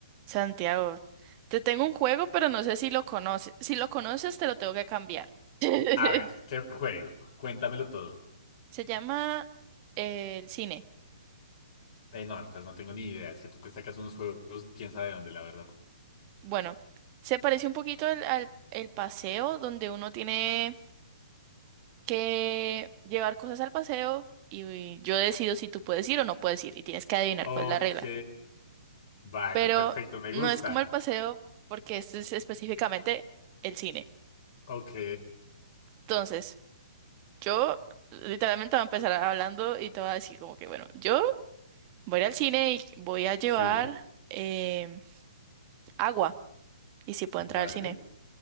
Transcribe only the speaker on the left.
A ver, ¿qué juego? Cuéntamelo todo.
Eh, no, entonces no tengo ni idea. Es que tú te sacas unos juegos, quién sabe dónde, la verdad.
Ok.
Vale,
perfecto, me
gusta.
Ok.
Sí,
vale.